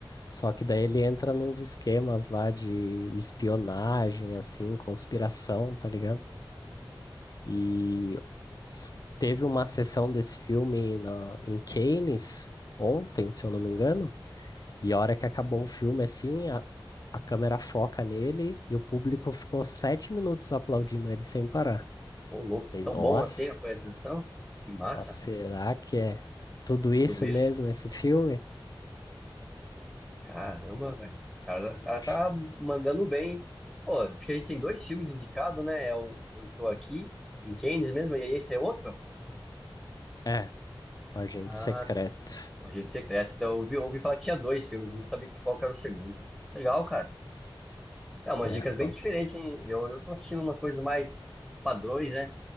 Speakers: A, on the left; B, in the centre.
A: Só que daí ele entra nos esquemas lá de espionagem, assim, conspiração, tá ligado? E s- teve uma sessão desse filme na, em Cannes ontem, se eu não me engano. E a hora que acabou o filme, assim, a- a câmera foca nele e o público ficou sete minutos aplaudindo ele sem parar.
B: Ô, louco,
A: Falei,
B: tão
A: nossa,
B: bom assim a sua exceção. Que massa,
A: ó, será que é tudo isso
B: tudo isso.
A: mesmo, esse filme?
B: Caramba,
A: Não,
B: velho. O cara, o cara
A: não acho.
B: tá mandando bem. hein? Pô, diz que a gente tem dois filmes indicados, né? É o Eu Estou Aqui, em Cannes mesmo, e esse é outro?
A: É, o Agente
B: Ah,
A: Secreto.
B: tá. O Agente Secreto. Então, eu ouvi, ouvi falar que tinha dois filmes, eu não sabia que qual que era o segundo. Legal, cara. É, umas
A: É,
B: dicas bem
A: bom.
B: diferentes, hein? Eu, eu tô assistindo umas coisas mais padrões, né?